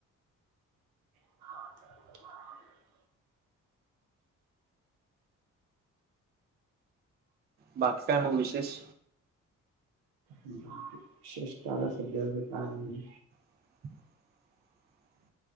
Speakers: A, on the right; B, on the right.
A: <inaudible>
B: बाकी च काय मग विशेष?
A: विशेष <unintelligible> सध्या काय नाही.
B: <inaudible>